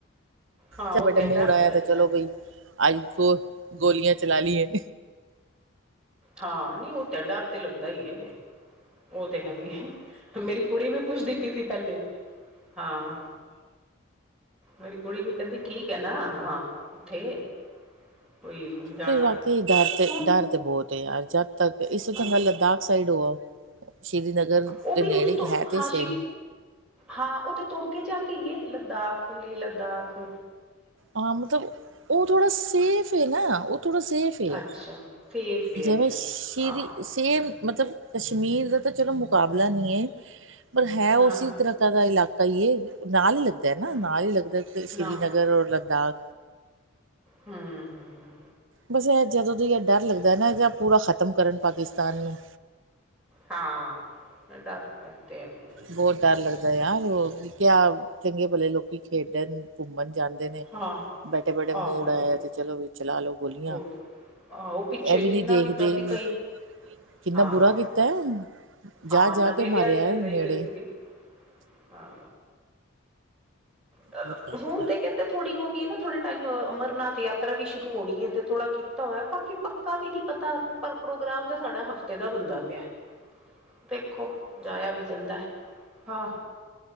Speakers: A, in the centre; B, on the right.
A: ਹਾਂ
B: ਤੇ
A: ਉਹ
B: ਵਡੇ ਮੂੜ
A: ਡਰ
B: ਆਇਆ
A: ਲੱਗਦਾ
B: ਤੇ ਚਲੋ ਬਈ ਅੱਜ ਗੋ ਗੋਲੀਆਂ, ਚਲਾ ਲਈਏ।
A: ਹਾਂ ਨੀ ਉਹ ਤੇ ਡਰ ਤੇ ਲੱਗਦਾ ਹੀ ਉਹ ਤੇ ਹੈ ਹੀ ਏ ਮੇਰੀ ਕੁੜੀ ਵੀ ਪੁੱਛਦੀ ਪਈ ਸੀ ਪਹਿਲੇ ਹਾਂ, ਮੇਰੀ ਕੁੜੀ ਵੀ ਕਹਿੰਦੀ ਠੀਕ ਹੈ ਨਾ ਵਾਂ ਉੱਥੇ, ਕੋਈ ਜਾਣਾ
B: ਫ ਬਾਕੀ ਡਰ ਤੇ
A: ਹੁਣ
B: ਡਰ ਤੇ ਬਹੁਤ ਯਾਰ ਜਦ ਤੱਕ ਇਸ ਤੋਂ
A: ਹਾਂ
B: ਚੰਗਾ ਲਦਾਖ ਸਾਈਡ ਹੋ ਆਓ। ਸ਼੍ਰੀਨਗਰ
A: ਉਹ
B: ਦੇ
A: ਵੀ
B: ਨੇੜੇ
A: ਉਸ ਤੋਂ
B: ਹੈ ਤੇ
A: ਹਾਂ
B: ਸੇਮ
A: ਸ਼੍ਰੀ ਹਾਂ ਉਹਦੇ ਤੋ ਅੱਗੇ ਜਾ ਕੇ ਹੀ ਏ ਲਦਾਖ ਲੇ ਲਦਾਖ
B: ਹਾਂ ਮਤਲਬ ਉਹ ਥੋੜਾ ਸੇਫ ਹੈ ਨਾ ਉਹ ਥੋੜਾ ਸੇਫ ਹੈ
A: ਅੱਛਾ ਸੇਫ ਵੀ
B: ਜਿਵੇਂ
A: ਹੈਗਾ
B: ਸ਼੍ਰਿਰੀ
A: ਹਾਂ
B: ਸੇਫ, ਮਤਲਬ ਕਸ਼ਮੀਰ ਦਾ ਤਾਂ ਚਲੋ ਮੁਕਾਬਲਾ ਨਹੀਂ ਏ। ਪਰ ਹੈ
A: ਹਾਂ
B: ਉਸੇ
A: ਹਾਂ
B: ਤਰ੍ਹਾਂ ਕਾ ਦਾ ਇਲਾਕਾ ਕਹੀਏ ਨਾਲ ਹੀ ਲੱਗਦਾ ਨਾ
A: ਹਾਂ
B: ਨਾਲ ਹੀ ਲੱਗਦਾ ਸ੍ਰੀਨਗਰ
A: ਨਾ
B: ਔਰ ਲਦ ਡਾ
A: ਹਮ- ਹਮ।
B: ਬਸ ਇਹ ਜਦੋਂ ਦੀ ਇਹ ਡਰ ਲੱਗਦਾ ਏ ਨਾ ਪੂਰਾ ਖਤਮ ਕਰਨ ਪਾਕਿਸਤਾਨ ਨੂੰ
A: ਹਾਂ ਡਰ ਤੇ ਹੈ। ਭਈ
B: ਬਹੁਤ ਡਰ ਲਗਦਾ। ਯਾਰੋ ਕਿਆ ਚੰਗੇ ਭਲੇ ਲੋਕੀ ਖੇਡਣ ਘੁੰਮਣ ਜਾਣ। ਨੇ
A: ਹਾਂ
B: ਬੈਠੇ ਬੈਠੇ ਮੂੜ
A: ਆਹੋ
B: ਆਇਆ ਤੇ ਚਲੋ ਵੀ ਚਲਾ ਲੋੋ ਗੋਲੀਆਂ
A: ਉਹ ਆਹੋ ਪਿੱਛੇ
B: ਇਹ ਵੀ
A: ਕਿੰਨਾ
B: ਨੀ ਦੇਖਦੇ
A: ਕੀਤਾ ਸੀ ਕਈ
B: ਕਿੰਨਾ
A: ਹਾਂ
B: ਬੁਰਾ ਕੀਤਾ ਜਾ
A: ਹਾਂ
B: ਜਾ
A: ਨਵੇਂ
B: ਕੇ
A: ਵਿਆਹੇ
B: ਮਾਰਿਆ
A: ਹੋਏ
B: ਨੇੜ।
A: ਗਏ ਹੋਏ ਸੀਗੇ। ਹਾਂ। ਚਲੋ
B: ਬਹੁਤ ਗਲਤ
A: ਹੁਣ
B: ਗੱਲ।
A: ਤੇ
B: ਹੈ।
A: ਕਹਿੰਦੇ ਥੋੜ੍ਹੀ ਉਹ ਐ ਨਾ ਥੋੜੇ ਟਾਈਮ ਅਮਰਨਾਥ ਯਾਤਰਾ ਵੀ ਸ਼ੁਰੂ ਹੋਣੀ ਹੈ ਤੇ ਥੋੜ੍ਹਾ ਕੀਤਾ ਹੋਇਆ ਬਾਕੀ ਪੱਕਾ ਵੀ ਨੀ ਪਤਾ ਪਰ ਪ੍ਰੋਗਰਾਮ ਤਾਂ ਸਾਡਾ ਹਫ਼ਤੇ ਦਾ ਬੰਦਾ ਪਿਆ। ਦੇਖੋ ਜਾਇਆ ਵੀ ਜਾਂਦਾ ਹਾਂ